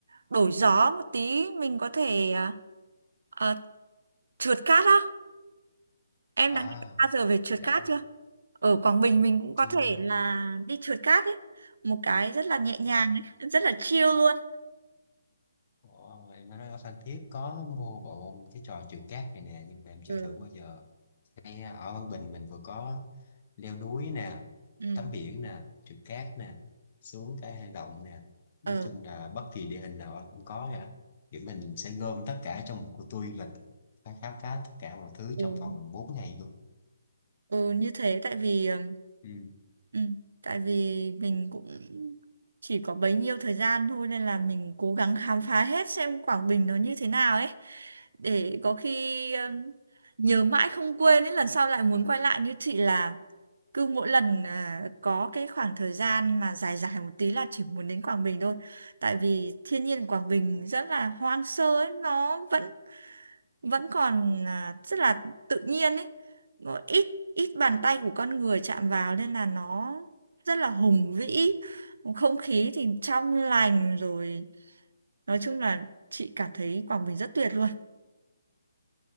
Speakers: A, on the right; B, on the left.
A: đổi gió một tí mình có thể ờ, ờ, trượt cát á em
B: à
A: đã nghe bao giờ về trượt
B: đã
A: cát
B: rồi.
A: chưa ở Quảng Bình mình cũng có
B: chưa
A: thể là đi trượt cát ấy một cái rất là nhẹ nhàng
B: ờ
A: ấy rất là chill luôn
B: Ồ, em nói ở Phan Thiết có mua bộ cái trò trượt cát này nè nhưng mà em chưa
A: ừ
B: thử bao giờ ngay ở Văn Bình mình vừa có leo núi nè
A: ừ
B: tắm biển nè trượt cát nè xuống cái hang động nè nói
A: ờ
B: chung là bất kỳ địa hình nào cũng có cả thì mình sẽ gom tất cả trong một cuộc tour du lịch và khám phá tất cả mọi thứ
A: ừ.
B: trong vòng 4 ngày luôn
A: ừ như thế tại vì ừm,
B: ừ.
A: ừ, tại vì mình cũng chỉ có bấy nhiêu thời gian thôi nên là mình cố gắng khám phá hết xem Quảng Bình nó như thế nào ấy để có khi ừm, nhớ mãi không quên ấy lần sau lại muốn quay lại như chị là cứ mỗi lần à, có cái khoảng thời gian mà dài dài một tí là chỉ muốn đến Quảng Bình thôi tại vì thiên nhiên Quảng Bình rất là hoang sơ ấy nó vẫn vẫn còn à, rất là tự nhiên ấy ờ, ít ít bàn tay của con người chạm vào nên là nó rất là hùng vĩ không khí thì trong lành rồi nói chung là chị cảm thấy Quảng Bình rất tuyệt luôn